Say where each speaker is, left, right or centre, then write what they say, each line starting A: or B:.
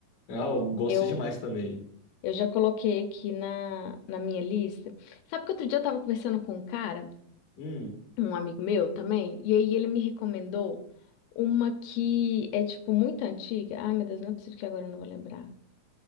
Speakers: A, on the left (about 60°); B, on the left (about 80°).
A: É, Ah, eu gosto
B: Eu,
A: demais também.
B: eu já coloquei aqui na, na minha lista. Sabe que outro dia eu tava conversando com um cara
A: Hum.
B: um amigo meu também, e aí ele me recomendou uma que é, tipo, muito antiga. Ai, meu Deus, não é possível que agora eu não vou lembrar.